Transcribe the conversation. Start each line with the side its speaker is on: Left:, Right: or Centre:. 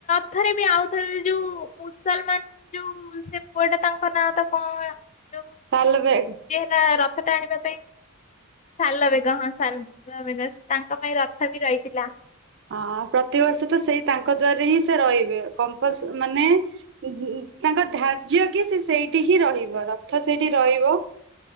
Left: ଏଥରେ ବି ଆଉ ଥର ଯୋଉ ମୁସଲମାନ ଯୋଉ ସେ ପୁଅଟେ ତାଙ୍କ ନାଁ ତ କଣ ଯୋଉ
Right: ସାଲ ବେଗ
Left: ଯିଏ ହେଲା ରଥ ଟାଣିବା ପାଇଁ ସାଲବେଗ ହଁ ସାଲବେଗ ତାଙ୍କ ପାଇଁ ରଥ ବି ରହିଥିଲା।
Right: ହଁ ପ୍ରତିବର୍ଷ ତ ସେଇ ତାଙ୍କ ଦ୍ଵାରରେ ହିଁ ସେ ରହିବେ କମ୍ପଲ୍ସ ମାନେ ଈ ତାଙ୍କ ଧାର୍ଯ୍ୟ କି ସେ ସେଇଠି ହିଁ ରହିବ ରଥ ସେଇଠି ରହିବ।